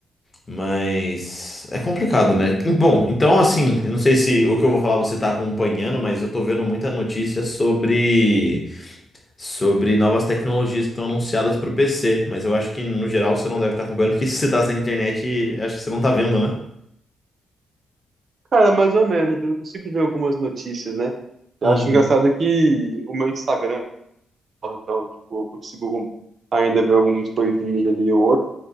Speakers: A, on the left; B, on the right.
A: Mas. É complicado, né? Bom, então, assim, eu não sei se o que eu vou falar você tá acompanhando, mas eu tô vendo muita notícia sobre. sobre novas tecnologias que estão anunciadas para o PC, mas eu acho que no geral você não deve estar acompanhando, porque <laughs> se você está na internet, acho que você não está vendo, né?
B: Cara, mais ou menos, eu consigo ver algumas notícias, né? Eu
A: Uhum.
B: acho engraçado que o meu Instagram, então, tipo, eu consigo ainda ver algumas coisinhas ali ou outra,